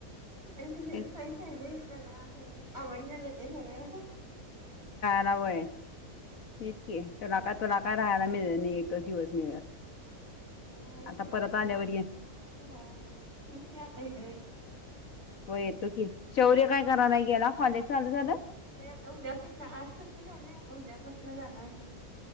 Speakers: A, on the right; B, on the left.
A: अ तुझे
B: तेच
A: पैसा आहे त्याला ह आवण झालं ते सगळे
B: ला वय इतके तुला काय तुला काय राहायला मिळ नाही एकच दिवस मिळेल
A: मज हयच
B: आता
A: हा
B: परत आल्यावर ये
A: हा
B: हो येतो की शौर्य काय कराला गेला कॉलेज चाल झालं
A: नाही उद्यापासन आजपसून जाण उद्यापसन जाण असं